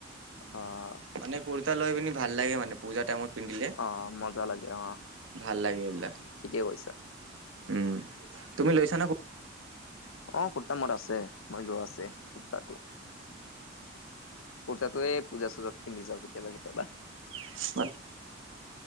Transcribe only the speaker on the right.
মানে কুৰ্তা লৈ পিনি ভাল লাগে মানে পূজা টাইমত। পিন্ধিলে
ভাল লাগে এইবিলাক।
উম তুমি লৈছা ন
<unintelligible>